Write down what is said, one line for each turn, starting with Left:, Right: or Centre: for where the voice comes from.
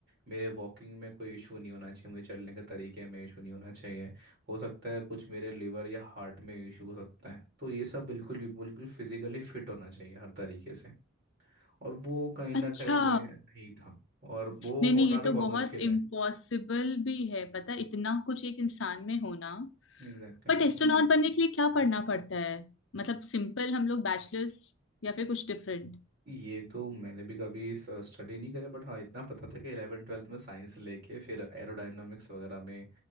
Right: मेरे वॉकिंग में कोई इशू नहीं होना चाहिए मुझे चलने के तरीके में इशू नहीं होना चाहिए हो सकता है कुछ मेरे लिवर या हार्ट में इशू हो सकता है तो ये सब बिल्कुल भी बिल्कुल फिजिकली फिट होना चाहिए हर तरीके से और वो कहीं ना
Left: अच्छा
Right: कहीं मैं नहीं था और वो
Left: नहीं नहीं
Right: होना
Left: ये
Right: भी
Left: तो
Right: बहुत
Left: बहुत
Right: मुश्किल
Left: इम्पॉसिबल
Right: है
Left: भी है पता है, इतना कुछ एक इंसान में होना
Right: एग्जैक्टली
Left: बट एस्ट्रोनॉट बनने के लिए क्या पढ़ना पड़ता है मतलब सिंपल हम लोग बैचलर्स या फिर कुछ डिफरेंट
Right: ये तो मैंने भी कभी स्टडी नहीं करा बट हाँ इतना पता था कि 11 ट्वेल्थ में साइंस लेके फिर एरोडायनामिक्स वगैरह में